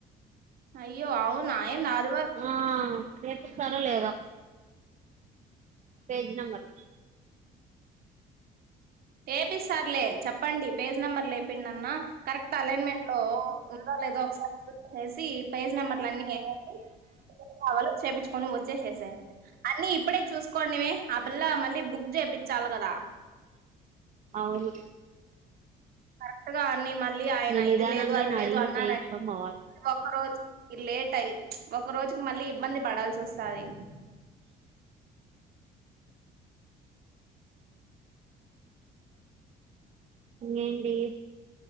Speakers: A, on the right (about 65°); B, on the right (about 45°).
A: అయ్యో అవునా ఎందా ఆ
B: ఆ నేర్పిస్తారో లేదా పేజ్ నంబర్
A: ఏపిస్తార్లే చెప్పండి పేజ్ నెంబర్ లేపిండన్న కరెక్ట్ అలైన్మెంట్ లో ఉందా లేదొ ఒకసారి చూసెసి పేజ్ నెంబర్లన్ని ఎసేసి కావాలో చేపించుకొని వచ్చేసేయి అన్ని ఇప్పుడే చూసుకోండిమే ఆ పిల్ల మళ్ళీ బుక్ చే పించాలి కదా
B: అవును
A: కరెక్ట్ గా అన్ని మళ్ళీ ఆయన
B: నువ్వు నిదానంగా
A: ఇది లేదు అది
B: ఆయన
A: లేదు
B: అడిగి
A: అన్నారంట
B: చేయించుకొని పోవాలి
A: ఒక్క రోజు ఇ లేట్ అయి ప్చ్ ఒక రోజుకి మళ్ళీ ఇబ్బంది పడాల్సి వస్తాది
B: ఇంకేంటి